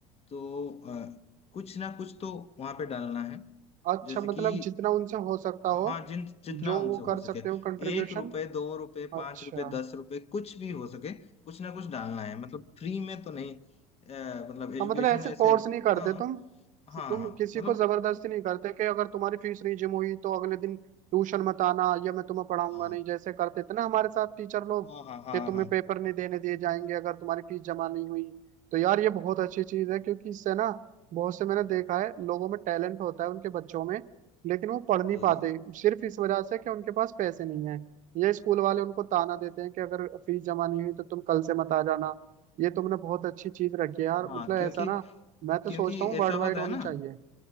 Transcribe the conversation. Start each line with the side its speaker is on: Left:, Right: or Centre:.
Left: तो अ, कुछ ना कुछ तो वहां पे डालना है
Right: अच्छा
Left: जैसे
Right: मतलब
Left: कि
Right: जितना उनसे हो सकता
Left: हाँ
Right: हो
Left: जिन जितना
Right: जो
Left: उनसे
Right: वो
Left: हो
Right: कर
Left: सके
Right: सकते हो कंट्रीब्यूशन
Left: एक रुपए दो रुपए पांच
Right: अच्छा
Left: रुपए दस रुपए कुछ भी हो सके कुछ ना कुछ डालना है मतलब फ्री में तो नहीं अ, मतलब एजुकेशन
Right: हाँ मतलब ऐसे
Left: ऐसे
Right: फोर्स नहीं करते
Left: हाँ
Right: तुम
Left: हाँ
Right: तुम
Left: हाँ
Right: किसी
Left: मतलब
Right: को जबरदस्ती नहीं करते कि अगर तुम्हारी फीस नहीं जम हुई तो अगले दिन ट्यूशन मत आना या मैं तुम्हें पढ़ाऊंगा
Left: अ,
Right: नहीं जैसे करते थे ना हमारे साथ टीचर लोग
Left: हाँ हाँ हाँ
Right: कि तुम्हें
Left: हाँ
Right: पेपर नहीं देने दिए जाएंगे अगर तुम्हारी फीस जमा नहीं हुई तो यार ये बहुत अच्छी चीज है क्योंकि इससे ना बहुत से मैंने देखा है लोगों में टैलेंट होता है उनके बच्चों में लेकिन वो पढ़ नहीं
Left: जी
Right: पाते सिर्फ इस वजह से कि उनके पास पैसे नहीं है ये स्कूल वाले उनको ताना देते हैं कि अगर फीस जमा नहीं हुई तो तुम कल से मत आ जाना ये तुमने बहुत अच्छी चीज रखी है यार
Left: हाँ
Right: मतलब
Left: क्योंकि
Right: ऐसा ना मैं तो
Left: क्योंकि
Right: सोचता हूँ
Left: ऐसा
Right: वर्ल्ड वाइड
Left: होता
Right: होने
Left: है ना
Right: चाहिए